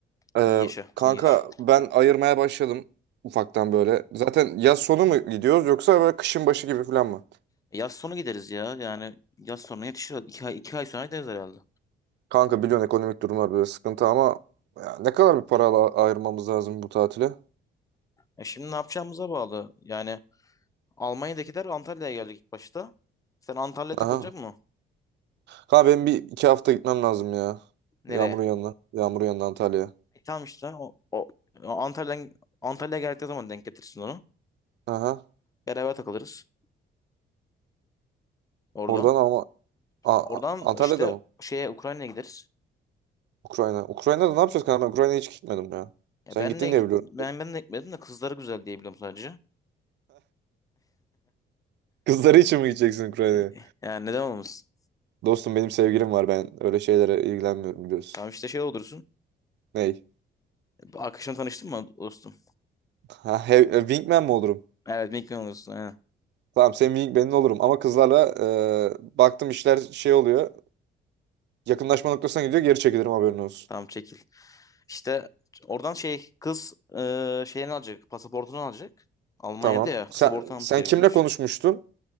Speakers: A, on the right; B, on the left.
A: Ee,
B: İyi yaşa,
A: kanka
B: iyi yaşa.
A: ben ayırmaya başladım ufaktan böyle. Zaten yaz sonu mu gidiyoruz yoksa böyle kışın başı gibi falan mı?
B: E Yaz sonu gideriz ya yani yaz sonu yetişir. İki ay, iki ay sonra gideriz herhalde.
A: Kanka biliyorsun ekonomik durumlar böyle sıkıntı ama ya ne kadar bir para ala- ayırmamız lazım bu tatile?
B: E şimdi ne yapacağımıza bağlı. Yani Almanya'dakiler Antalya'ya geldik ilk başta. Sen Antalya'ya takılacak
A: Aha.
B: mı?
A: Kanka benim bir iki hafta gitmem lazım ya.
B: Nereye?
A: Yağmur'un yanına. Yağmur'un yanına Antalya'ya.
B: E tamam işte o, o Antalya'dan Antalya'ya geldiği zaman denk getirsin onu.
A: Aha.
B: Beraber takılırız orada.
A: Oradan ama A-
B: Oradan
A: A- Antalya'da
B: işte
A: mı?
B: şeye Ukrayna'ya gideriz.
A: Ukrayna. Ukrayna'da ne yapacağız kanka? Ben Ukrayna'ya hiç gitmedim ya.
B: Ya
A: Sen
B: benle
A: gittin
B: git
A: diye biliyorum.
B: ben ben de gitmedim de kızları güzel diyebilirim sadece.
A: Kızları için mi gideceksin Ukrayna'ya?
B: E, Yani neden olmasın?
A: Dostum benim sevgilim var ben öyle şeylere ilgilenmiyorum biliyorsun.
B: Tamam işte şey olursun.
A: Ney?
B: Arkadaşım tanıştın mı dostum?
A: Ha, he- e, wingman mi olurum?
B: Evet Mickey olursun. Aynen.
A: Tamam senin wingman'in olurum ama kızlarla e, baktım işler şey oluyor. Yakınlaşma noktasına gidiyor geri çekilirim haberin olsun.
B: Tamam çekil. İşte oradan şey kız e, şeyini alacak. Pasaportunu alacak. Almanya'da
A: Tamam.
B: ya pasaportunu
A: Sen,
B: alması
A: sen
B: gerekiyormuş.
A: kimle konuşmuştun?